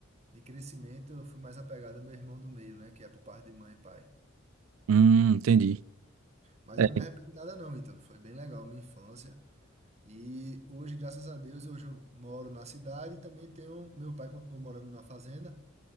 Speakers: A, on the right (about 35°); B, on the right (about 85°).
A: de crescimento, eu fui mais apegado ao meu irmão do meio, né? Que é por parte de mãe e pai.
B: Hum, entendi.
A: Mas
B: É.
A: eu não me arrependo de nada, não, Ítalo. Foi bem legal a minha infância. E hoje, graças a Deus, hoje eu moro na cidade e também tenho. Meu pai continua morando na fazenda.